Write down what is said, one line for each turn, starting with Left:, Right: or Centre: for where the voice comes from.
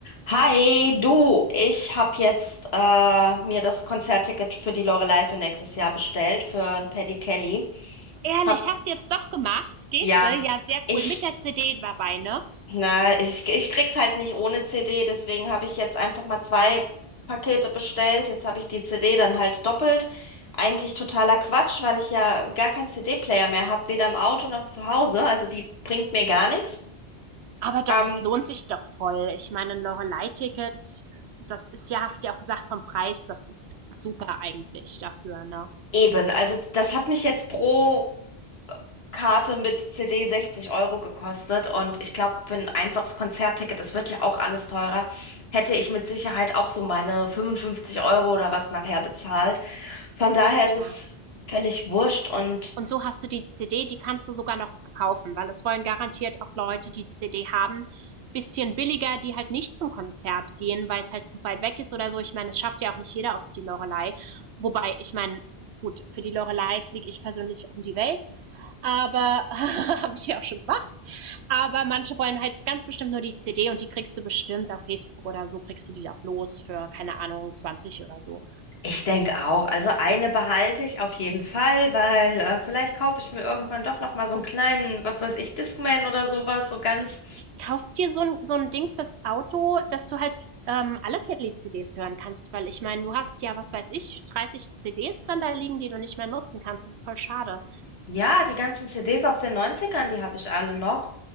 Left: Hi, du, ich habe jetzt äh, mir das Konzertticket für die Loreley für nächstes Jahr bestellt, für ein Paddy Kelly.
Right: Ehrlich,
Left: Hab,
Right: hast du jetzt doch gemacht? Geste,
Left: ja,
Right: ja, sehr
Left: ich,
Right: cool. Mit der CD dabei, ne?
Left: na, ich, ich krieg's halt nicht ohne CD, deswegen habe ich jetzt einfach mal zwei Pakete bestellt. Jetzt habe ich die CD dann halt doppelt. Eigentlich totaler Quatsch, weil ich ja gar keinen CD-Player mehr habe, weder im Auto noch zu Hause. Also die bringt mir gar nichts.
Right: Aber doch,
Left: Ähm,
Right: das lohnt sich doch voll. Ich meine, ein loreley ticket das ist ja, hast du ja auch gesagt, vom Preis, das ist super eigentlich dafür, ne?
Left: eben, also das hat mich jetzt pro. Karte mit CD 60 Euro gekostet und ich glaube, für ein einfaches Konzertticket, das wird ja auch alles teurer, hätte ich mit Sicherheit auch so meine 55 Euro oder was nachher bezahlt. Von
Right: Ja,
Left: daher
Right: klar.
Left: ist es völlig wurscht und
Right: Und so hast du die CD, die kannst du sogar noch verkaufen, weil es wollen garantiert auch Leute, die CD haben, bisschen billiger, die halt nicht zum Konzert gehen, weil es halt zu weit weg ist oder so. Ich meine, es schafft ja auch nicht jeder auf die Loreley. Wobei, ich meine, gut, für die Loreley fliege ich persönlich um die Welt. aber <laughs> habe ich ja auch schon gemacht. Aber manche wollen halt ganz bestimmt nur die CD und die kriegst du bestimmt auf Facebook oder so, kriegst du die auch los für, keine Ahnung, 20 oder so.
Left: ich denke auch, also eine behalte ich auf jeden Fall, weil äh, vielleicht kaufe ich mir irgendwann doch noch mal so einen kleinen, was weiß ich, Discman oder sowas, so ganz,
Right: Kauf dir so ein, so ein Ding fürs Auto, dass du halt ähm, alle Kelly-CDs hören kannst, weil ich meine, du hast ja, was weiß ich, 30 CDs dann da liegen, die du nicht mehr nutzen kannst. Das ist voll schade.
Left: ja, die ganzen CDs aus den Neunzigern, die habe ich alle noch.